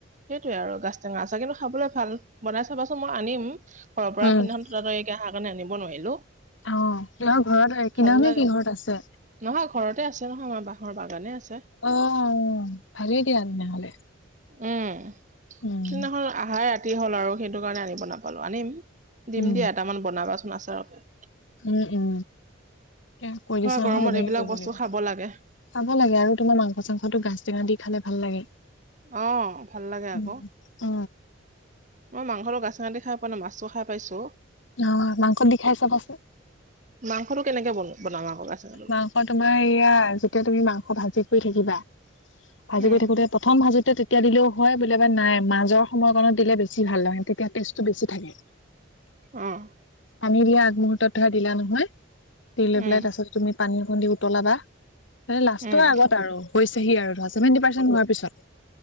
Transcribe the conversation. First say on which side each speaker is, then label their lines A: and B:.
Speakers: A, on the right; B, on the left.
A: সেইটোয়ে আৰু গাছ টেঙা আচাৰ, কিন্তু খাবলৈ ভাল, বনাই চাবাচোন মই আনিম। ঘৰৰ পৰা
B: অ
A: সিদিখন তুতাতাৰিকে অহাৰ কাৰণে আনিব নোৱাৰিলো।
B: অহ' <unintelligible> ঘৰত
A: ভাল
B: কিনা নে
A: লাগে।
B: কি ঘৰত আছে?
A: নহয় ঘৰতে আছে নহয় আমাৰ বাঁহৰ বাগানে আছে।
B: অঁ' ভালেই দিয়া তেনেহ'লে।
A: উমঁ' সেইদিনাখন
B: উম
A: আহাই ৰাতি হ'ল আৰু সেইটো কাৰণে আনিব নাপালো, আনিম। দিম
B: উম
A: দিয়া, এটামান বনাবাচোন আচাৰকে।
B: উম, উম। উম, কৰিছা
A: গৰমত
B: নহয় তেনেকে
A: এইবিলাক
B: কৰিব
A: বস্তু
B: লাগিব।
A: খাব
B: খাব
A: লাগে
B: লাগে আৰু তোমাৰ মাংস-চাংসটো গাজ টেঙা দি খালে ভাল লাগে।
A: অঁ' ভাল লাগে
B: উম
A: আকৌ।
B: অ
A: মই মাংস লগত গাজ টেঙাদি খাই পোৱা নাই, মাছটো খাই পাইছো।
B: অহ' মাংসত দি খাই চাবা চোন।
A: মাংসটো কেনেকে বন বনাম আকৌ গাজ টেঙাটো
B: মাংস তোমাৰ এইয়া যেতিয়া তুমি মাংস ভাজি কৰি থাকিবা ভাজি
A: উম
B: কৰি থাকোতে প্ৰথম ভাজোতে তেতিয়া দিলেও হয় বোলে বা নাই মাজৰ সময়কণত দিলে বেছি ভাল হয়। তেতিয়া টেষ্টটো বেছি থাকে।
A: অঁ।
B: পানী দিয়া আগমূহুৰ্তত ধৰা দিলা নহয় দি লৈ
A: উম
B: পেলাই তাৰ পাছতে তুমি পানী অকণ দি উতলাবা। মানে লাষ্টৰ
A: উম
B: আগত আৰু হৈছেহি আৰু ধৰা ছেভেন্টি পাৰ্চেণ্ট হোৱাৰ পিছত।